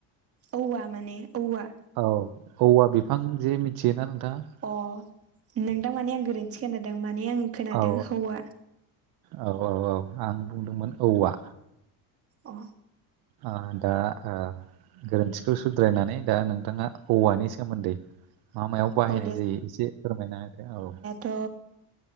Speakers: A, on the right (about 35°); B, on the right (about 70°).
A: औवा माने औवा
B: औ औवा बिफां जे मिथियोना नोंथाङा
A: अ नोंथां माने आं गोरोन्थि खोनादों माने आं खोनादों
B: औ औ
A: हौवा
B: औ औ औ आं बुंदोंमोन औवा
A: अ
B: आ दा आ गोरोन्थिखौ सुद्रायनानै दा नोंथाङा औवानि सोमोन्दै मा मायाव बाहायनाय
A: औ
B: जायो एसे फोरमायनाहोदो औ
A: थ